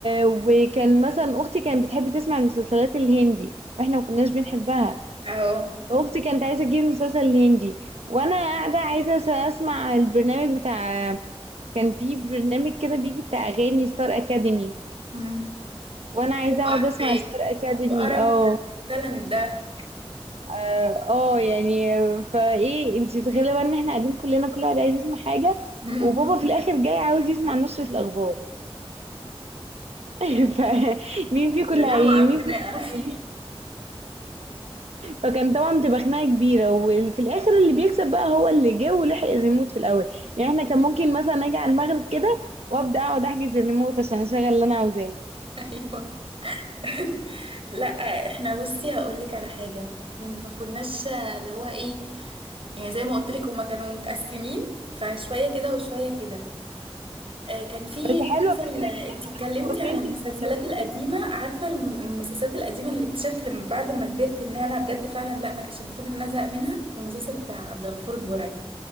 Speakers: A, on the right; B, on the right.
A: وكان مثلا أختي كانت بتحب تسمع المسلسلات الهندي واحنا ما كناش بنحبها
B: اهو
A: أختي كانت عايزة تجيب المسلسل الهندي وأنا قاعدة عايزة أس- أسمع البرنامج بتاع كان في برنامج كده بيجي بتاع أغاني ستار أكاديمي
B: مم.
A: وأنا عايزة
B: ايوه
A: أقعد
B: عارفاه
A: أسمع ستار أكاديمي
B: وقرب
A: اه
B: التالنت ده
A: اه آه، يعني فايه انت متخيله بقى ان احنا قاعدين كلنا كل واحد عايز يسمع حاجه
B: <laughs> مم.
A: وبابا في الاخر جاي عاوز يسمع نشره الاخبار <laughs> فمين فيكم
B: يا
A: اللي
B: لهوي
A: هي
B: على
A: مين
B: الخناقة
A: فيكم اللي هي فكان طبعا بتبقى خناقه كبيره وفي الاخر اللي بيكسب بقى هو اللي جه ولحق الريموت في الاول يعني احنا كان ممكن مثلا اجي على المغرب كده وابدا اقعد احجز الريموت عشان اشغل اللي انا عاوزاه
B: <laughs> ايوه <laughs> لا احنا بصي هقول لك على حاجه يعني ما كناش اللي هو ايه يعني زي ما قلت لك هما كانوا متقسمين فشويه كده وشويه كده آه، كان في
A: بس حلوه
B: مسلسل
A: فكره
B: انت
A: ان انتوا
B: اتكلمتي
A: جبتوا اتنين
B: عن المسلسلات
A: تلفزيون
B: القديمه
A: دي
B: عارفه الم- المسلسلات القديمه اللي اكتشفت لما بعد ما كبرت ان انا بجد فعلا لا ما كانش المفروض ان انا ازهق منها المسلسل بتاع عبد الغفور البرعي